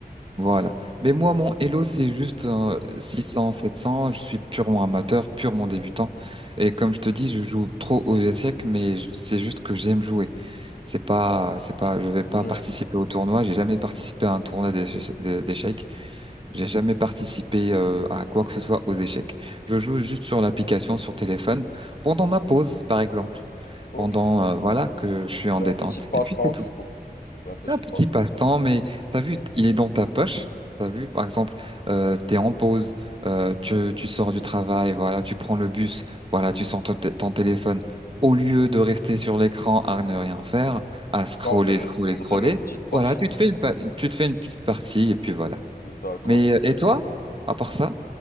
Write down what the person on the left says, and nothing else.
Ouais,
Une
routine.
Ok,
ok.
C'est
un petit passe-temps
du coup. C'est un petit
passe-temps.
T'en faire une-
se
faire une petite partie.
D'accord.